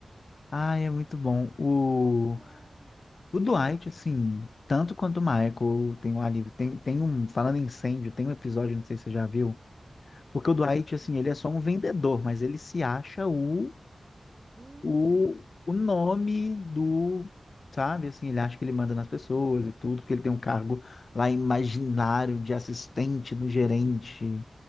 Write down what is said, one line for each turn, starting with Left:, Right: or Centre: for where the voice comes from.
Left: Ah, é muito bom.
Right: <laughs>
Left: O,
Right: Muito bom!
Left: o Dwight, assim, tanto quanto o Michael, tem um alívio. Tem, tem um, falando em incêndio, tem um episódio, não sei se você já viu, porque o Dwight,
Right: Hum.
Left: assim, ele é só um vendedor, mas ele se acha o,
Right: Uhum.
Left: o, o nome do, sabe, assim, ele acha que ele manda nas pessoas e tudo, porque ele tem um cargo lá imaginário de assistente do gerente